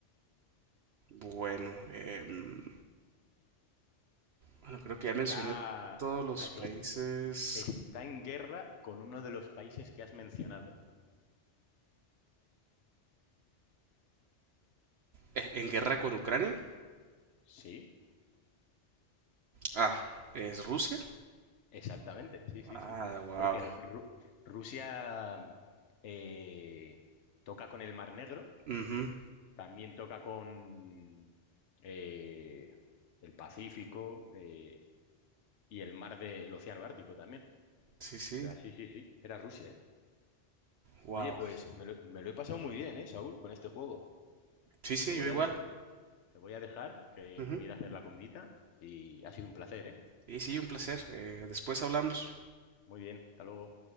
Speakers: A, on the right (about 65°); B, on the left (about 75°).
A: Bueno, em, Bueno, creo que
B: Está,
A: ya mencioné
B: a-
A: todos los países
B: es- está en guerra con uno de los países que has mencionado.
A: eh, en guerra con Ucrania.
B: Sí.
A: Ah, es Rusia.
B: Exactamente, sí, sí,
A: Ah,
B: sí.
A: wow.
B: Porque Ru- Rusia mm, eh, toca con el Mar Negro,
A: Ujú,
B: también toca con eh, el Pacífico eh, y el mar del Océano Ártico también.
A: Sí, sí.
B: O sea, sí, sí, sí, era Rusia, ¿eh?
A: Wow.
B: Oye, pues me lo, me lo he pasado muy bien, ¿eh, Saúl, con este juego.
A: Sí, sí,
B: Te voy
A: yo igual.
B: a de- te voy a dejar, que
A: Ujú.
B: voy a ir a hacer la comidita y ha sido un placer, ¿eh?
A: Y sí, un placer. Eh, después hablamos.
B: Muy bien, hasta luego.